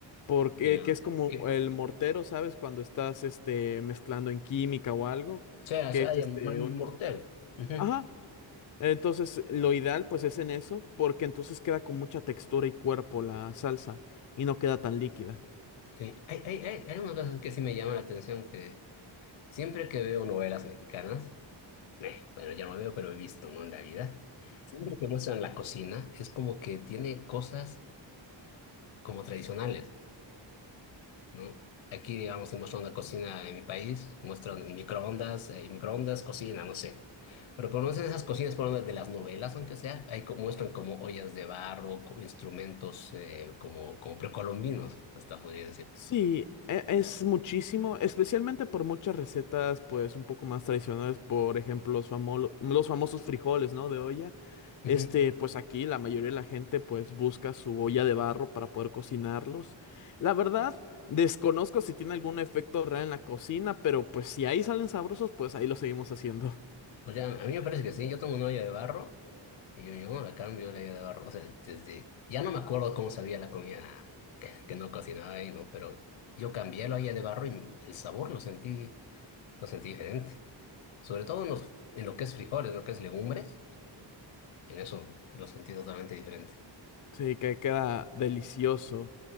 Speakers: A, on the left; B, on the left.
A: Porque
B: Ya.
A: que es como
B: Que,
A: el
B: o
A: mortero, ¿sabes? Cuando estás este, mezclando en química o algo,
B: sea,
A: que
B: o sea,
A: es
B: hay
A: este,
B: un un
A: un,
B: mortero. Ujú.
A: ajá, Entonces, lo ideal pues es en eso, porque entonces queda con mucha textura y cuerpo la salsa y no queda tan líquida.
B: Sí, hay, hay, hay, hay algunas cosas que sí me llaman la atención que siempre que veo novelas mexicanas, eh, bueno, ya no veo, pero he visto, ¿no? En la vida, siempre que muestran la cocina, es como que tiene cosas como tradicionales, ¿no? Aquí, digamos, si muestran una cocina en mi país, muestran microondas, eh, y microondas, cocina, no sé. Pero por lo menos en esas cocinas, por lo menos de las novelas, aunque sea, ahí co- muestran como ollas de barro, co- instrumentos eh, como, como precolombinos, hasta podría
A: Sí, e- es muchísimo, especialmente por muchas recetas pues un poco más tradicionales, por ejemplo, los famo- los famosos frijoles, ¿no? De olla.
B: decir.
A: Este, pues aquí la mayoría de la gente pues busca su olla de barro para poder cocinarlos. La verdad, desconozco si tiene algún efecto real en la cocina, pero pues si ahí salen sabrosos, pues ahí lo seguimos haciendo.
B: O sea, a mí me parece que sí, yo tengo una olla de barro y yo, yo no la cambio la olla de barro. O sea, desde, ya no me acuerdo cómo sabía la comida que, que no cocinaba y no, pero yo cambié la olla de barro y el sabor lo sentí, lo sentí diferente. Sobre todo en, los, en lo que es frijoles, lo que es legumbres, en eso lo sentí totalmente diferente.
A: Sí, que queda delicioso.